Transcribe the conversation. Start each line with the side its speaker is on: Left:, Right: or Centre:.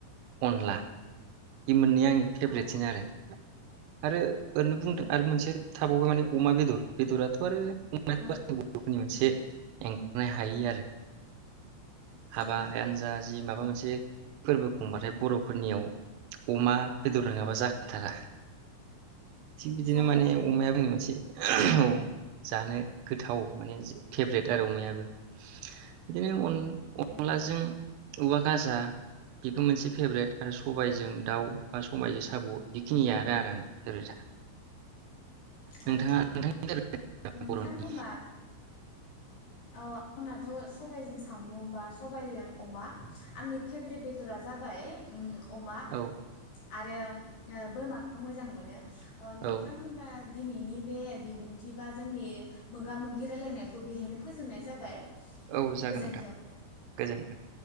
Right: अनला इ मोननै आंनि फेभ्रेटसिन
Left: औ
Right: आरो आरो ओरैनो बुंदों
Left: उम
Right: आरो मोनसे थाबावबाय माने अमा बेदर बेदराथ' आरो <unintelligible>
Left: अ
Right: <unintelligible> हायो
Left: औ
Right: आरो हाबा
Left: औ
Right: एन्जाज जि माबा मोनसे फोरबो खुंबाथाय बर'फोरनियाव अमा बेदर नङाबा
Left: औ
Right: जाखाथारा थिग बिदिनो
Left: जाया
Right: माने अमाया बुङो मोनसे औ जानो गोथाव माने थेब्लेट आरो अमायाबो दिनैनि उन अनलाजों
Left: औ
Right: औवा गाजा बेबो मोनसे फेभरेट आरो सबायजों
Left: उम
Right: दाउ बा समआइजों साब' बेखिनियानो आरो आंना नोंथाङा
Left: अ
Right: नोंथांनि फेभरेटआ
Left: नोंथां
Right: बर'नि
Left: होनबा अ आंनाथ' सबायजों साम' बा सबायजों अमा आंनि फेभ्रेट बेदरा जाबाय अमा
Right: औ
Left: आरो उम बोरमाखौ मोजां मोनो अ नोंथां
Right: औ
Left: होनबा दिनैनि बे बिबुंथि बा जोंनि मोगा मोगि रायलायनायखौ बेहायनो। फोजोबनाय जाबाय
Right: औ जागोन
Left: गोजोन्थों
Right: नोंथां गोजोन्थों